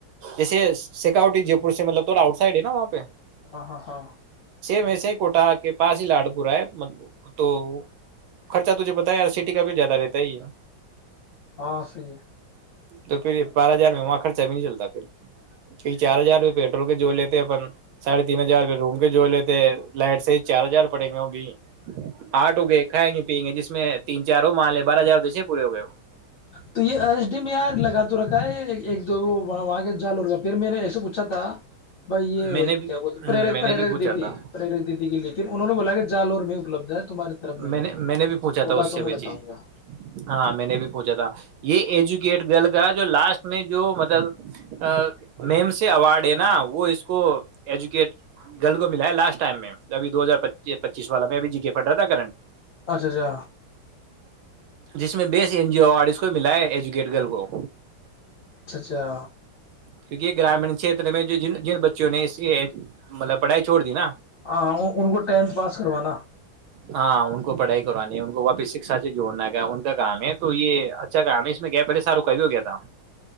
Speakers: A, on the right; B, on the left.
A: جیسے سکٹی جے پور سے مطلب تھوڑا آؤٹ سائڈ ہے نا وہاں پہ
B: ہ ہاں ہاں
A: میں سے کوٹہ کے پاس ہی لاڈ پورا ہے تو خرچہ تجھے پتا ہے سٹی کا بھی زیادہ رہتا ہے ہی
B: اور صحیح ہے <unintelligible>
A: تو پھر یہ بارہ ہزار میں وہاں خرچہ بھی نہیں چلتا پھر کی چار ہزار روپ پیٹرول کے جو لیتے اپن ساڑھے تین ہزار روپ روم کے جو لیتے لائٹ سے چار ہزار پڑے گا بھی آٹھ ہو گئے کھائیں گے پیئیں گے جس میں تین چار مالے بار ہزار سے پوری ہو گئے
B: تو یہ ایس ڈی میں یار لگا تو رکھا ہے ایک دواں جالور کا پھر میں نے ایسے پوچھا تھا بھائی یہ
A: میں نے بھی
B: کیا بولتے
A: ہ
B: پرک
A: میں
B: پرییرک
A: نے بھی پوچھا
B: دیدی
A: تھا
B: پرییرک دیدی کی لیکن انہوں نے بولا کہ جالور میں اپپلبد ہے <unintelligible> نہیں
A: میں نے
B: ہے
A: میں نے بھی پوچھا
B: ہوگا
A: تھا اس
B: تو
A: سے
B: میں
A: وہ
B: بتاؤں
A: چیز
B: گا
A: ہاں میں نے بھی پوچھا تھا یہ ایجوکیٹ جو لاسٹ میں جو مطلب میم سے اوارڈ ہے نا وہ اس کو ایجوکیٹ گل کو ملا ہے لاسٹ ٹائم میں ابھی دو ہزار پچیس والا میں ابھی جی کے پڑ رہا تھا کرنٹ
B: اچھا اچھا
A: جس میں بیس این جی او اور اس کو ملا ہے ایجوکیٹ گرل کو
B: اچھا اچھا
A: کیونکہ یہ گرامیین کت میں جو ج جن بچوں نے اسی مطلب پڑھائی چھوڑ دی نا
B: ہاں ہاں ان کو ٹینتھ پاس کروانا
A: ہاں ان کو پڑھائی کرانی ہے ان کو واپس شکشا سے جوڑنا کیا ان کا کام ہے تو یہ اچھا کام ہے اس میں گیا پہلے ساروں کا بھی ہو گیا تھا